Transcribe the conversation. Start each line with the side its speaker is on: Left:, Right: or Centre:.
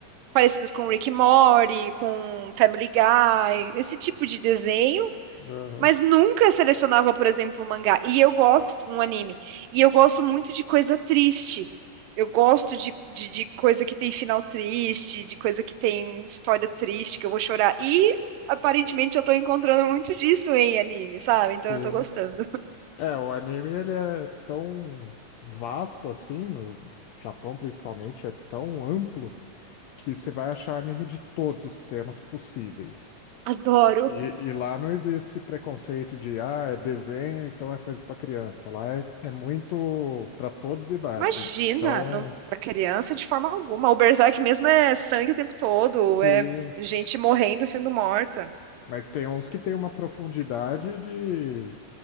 Right: parecidas com Rick and Morty, com Family Guy, esse tipo de desenho
Left: Aham,
Right: mas nunca selecionava, por exemplo, um mangá. E eu gosto, um anime. E eu gosto muito de coisa triste. Eu gosto de, de, de coisa que tem final triste, de coisa que tem história triste, que eu vou chorar. E aparentemente eu tô encontrando muito disso em anime, sabe? Então
Left: sim.
Right: eu tô gostando.
Left: É, o anime ele é tão vasto assim, no Japão principalmente, é tão amplo que você vai achar anime de todos os temas possíveis.
Right: <laughs> Adoro.
Left: E, e lá não existe esse preconceito de, ah, é desenho, então é coisa para criança. Lá é, é muito para todas as idades.
Right: Imagina,
Left: Então,
Right: não, pra criança de forma alguma. O Berserk mesmo é sangue o tempo todo,
Left: sim,
Right: é gente morrendo e sendo morta.
Left: mas tem uns que têm uma profundidade de,